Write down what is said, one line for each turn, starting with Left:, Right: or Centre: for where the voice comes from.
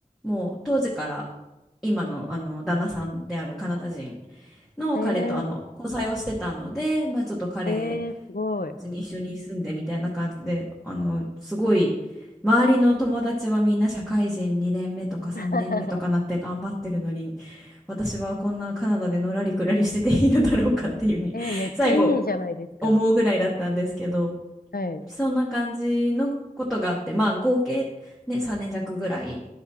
Centre: もう当時から今の、あの旦那さんであるカナダ人の彼とあの交際をしてたので、
Left: え
Centre: まあちょっと彼
Left: えええすごい。
Centre: 別に一緒に住んでみたいな感じで、あの、すごい、周りの友達はみんな社会人2年目とか3年目とかなって頑張ってるのに、
Left: <laughs>
Centre: 私はこんなカナダでのらりくらりしてていいのだろうかっていうふうに、
Left: えーめっちゃいいじゃないですか。
Centre: 最後思うぐらいだったんですけど、
Left: はい。
Centre: そんな感じのことがあって、まあ合計ね、3年弱ぐらい、